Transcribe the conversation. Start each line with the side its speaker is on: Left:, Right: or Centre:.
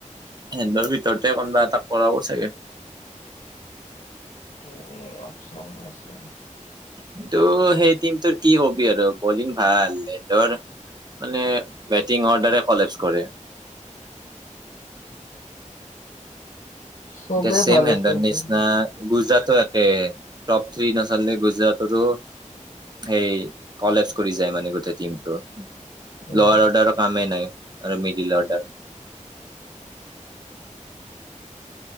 Right: হেতৰ ভিতৰতে কোনোবা এটাক কৰাব চাগে
Left: উম ও অপচন আছে।
Right: কিন্তু সেই টিমটোৰ কি কবি আৰু বলিং ভাল। হেঁতৰ মানে বেটিং অৰ্ডাৰে কলেপচ্‌ কৰে।
Left: চবেই
Right: এতিয়া চেম
Left: ভাল
Right: হেঁতৰ
Left: আছিল
Right: নিছিনা
Left: কিন্তু
Right: গুজৰাত টো একে টপ থ্ৰী আচলতে গুজৰাতটো সেই কলেছ কৰি যায় মানে গোটেই টিমটোত।
Left: উম
Right: লৱাৰ অৰ্ডাৰৰ কামেই নাই আৰু মিডিল অৰ্ডাৰ <inaudible>